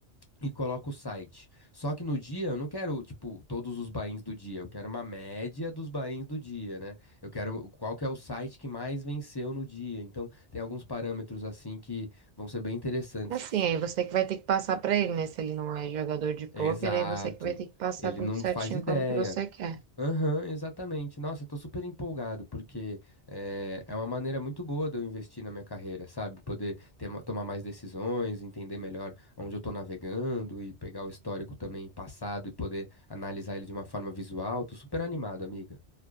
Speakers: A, on the left; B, on the right.
A: e coloco o site. Só que no dia eu não quero, tipo, todos os buy-ins do dia, eu quero uma média dos buy-ins do dia, né? Eu quero qual que é o site que mais venceu no dia. Então, tem alguns parâmetros assim que vão ser bem interessantes
B: Assim,
A: de se...
B: aí você que vai ter que passar pra ele, né? Se ele não é jogador de pôquer,
A: Exato.
B: aí você que vai ter que passar
A: Ele
B: tudo
A: não
B: certinho
A: faz ideia.
B: como que você quer.
A: Aham, exatamente. Nossa, eu tô super empolgado, porque eh, é, uma maneira muito boa de eu investir na minha carreira, sabe? Poder ter, ma- tomar mais decisões, entender melhor onde eu tô navegando e pegar o histórico também passado e poder analisar ele de uma forma visual. Tô super animado, amiga.